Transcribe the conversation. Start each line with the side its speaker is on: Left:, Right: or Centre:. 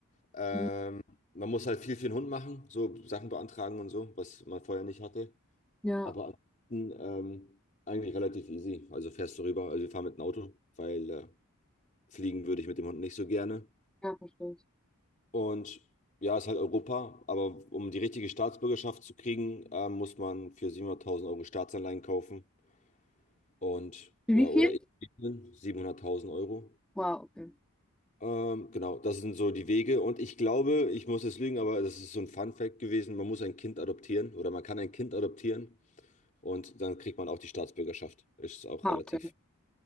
Left: Ähm,
Centre: Mhm.
Left: man muss halt viel für den Hund machen, so Sachen beantragen und so, was man vorher nicht hatte.
Centre: ja,
Left: Aber ansonsten ähm, eigentlich relativ easy. Also fährst du rüber, also wir fahren mit dem Auto, weil äh, fliegen würde ich mit dem Hund nicht so gerne.
Centre: ja, verstehe ich.
Left: Und ja, ist halt Europa, aber um die richtige Staatsbürgerschaft zu kriegen, ähm, muss man für 700.000 Euro Staatsanleihen kaufen und
Centre: Für
Left: ja,
Centre: wie viel?
Left: oder eben 700.000 Euro.
Centre: Wow, okay.
Left: Ähm, genau, das sind so die Wege und ich glaube, ich muss jetzt lügen, aber das ist so ein Fun Fact gewesen, man muss ein Kind adoptieren oder man kann ein Kind adoptieren und dann kriegt man auch die Staatsbürgerschaft. Ist auch
Centre: Ah,
Left: relativ
Centre: okay.